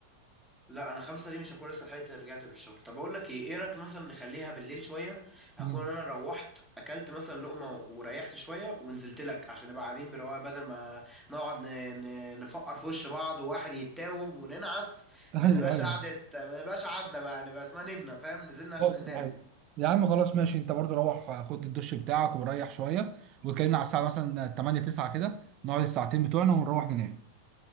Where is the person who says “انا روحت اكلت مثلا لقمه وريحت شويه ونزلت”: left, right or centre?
Centre